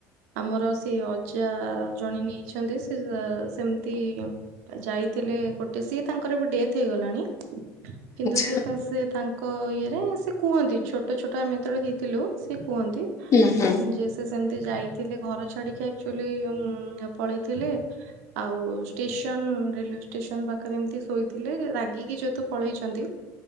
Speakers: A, on the right (about 80°); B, on the left (about 40°).
A: ଆମର ସେ ଅଜା ଜଣେ ନେଇଛନ୍ତି ସେ ସେମ୍ ତି ଯାଇଥିଲେ ଗୋଟେ ସିଏ ତାଙ୍କର ଏବେ ଡେଥ୍ ହେଇଗଲାଣି କିନ୍ତୁ
B: ଆଚ୍ଛା
A: ସିଏ ତା ସେ ତାଙ୍କ ଇଏରେ ସେ କୁହନ୍ତି ଛୋଟ ଛୋଟ ଆମେ ଯେତେବେଳେ ହେଇଥିଲୁ ସେ କୁହନ୍ତି
B: ହୁଁ ହୁଁ।
A: ଯେ ସେ ସେମତି ଯାଇଥିଲେ ଘର ଛାଡିକି ଆକ୍ଚୁଆଲି ଉଁ ପଳେଇଥିଲେ ଆଉ ଷ୍ଟେସନ୍ ରେଲ୍ ୱେ ଷ୍ଟେସନ୍ ପାଖରେ ଏମତି ଶୋଇଥିଲେ ରାଗିକି ସେହେତୁ ପଳେଇଛନ୍ତି